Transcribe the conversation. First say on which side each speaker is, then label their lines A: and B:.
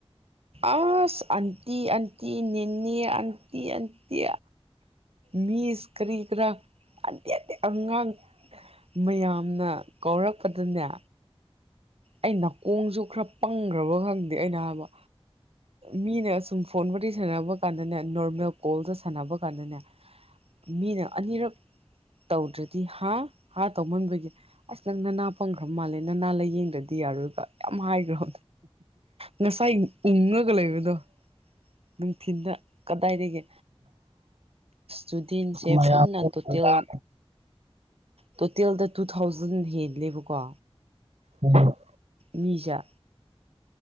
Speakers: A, on the right; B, on the right.
A: ꯑꯁ ꯑꯟꯇꯤ ꯑꯟꯇꯤ ꯅꯤꯅꯤ ꯑꯟꯇꯤ ꯑꯟꯇꯤ ꯃꯤꯁ ꯀꯔꯤ ꯀꯔ ꯑꯇꯦꯇꯦ ꯑꯉꯥꯡ ꯃꯌꯥꯝꯅ ꯀꯧꯔꯛꯄꯗꯅꯦ ꯑꯩ ꯅꯥꯀꯣꯡꯁꯨ ꯈꯔ ꯄꯪꯈ꯭ꯔꯕ ꯈꯪꯗꯦ ꯑꯩꯅ ꯍꯥꯏꯕ ꯃꯤꯅ ꯁꯨꯝ ꯐꯣꯟꯕꯨꯗꯤ ꯁꯥꯟꯅꯕ ꯀꯥꯟꯗꯅꯦ ꯅꯣꯔꯃꯦꯜ ꯀꯣꯜꯗ ꯁꯥꯟꯅꯕ ꯀꯥꯟꯗꯅꯦ ꯃꯤꯅ ꯑꯅꯤꯔꯛ ꯇꯧꯗ꯭ꯔꯗꯤ ꯍꯥ ꯍꯥ ꯇꯧꯃꯟꯕꯒꯤ ꯑꯁ ꯅꯪ ꯅꯅꯥ ꯄꯪꯈ꯭ꯔꯕ ꯃꯥꯜꯂꯦ ꯅꯅꯥ ꯂꯥꯏꯌꯦꯡꯗꯅꯤ ꯗꯤ ꯌꯥꯔꯒ ꯌꯥꯝ ꯍꯥꯏꯈ꯭ꯔꯣ ꯉꯁꯥꯏ ꯎꯉꯒ ꯂꯩꯕꯗꯣ ꯅꯨꯡꯊꯤꯤꯟꯗ ꯀꯗꯥꯏꯒꯦ ꯖꯨꯗꯤꯟꯁꯦ
B: ꯃꯌꯥꯝ
A: ꯄꯨꯟꯅ
B: ꯎꯝ
A: ꯇꯣꯇꯦꯜ ꯇꯣꯇꯦꯜꯗ ꯇꯨ ꯊꯥꯎꯖꯟ ꯍꯦꯟꯂꯦꯕꯀꯣ
B: ꯎꯝ
A: ꯃꯤꯖꯥ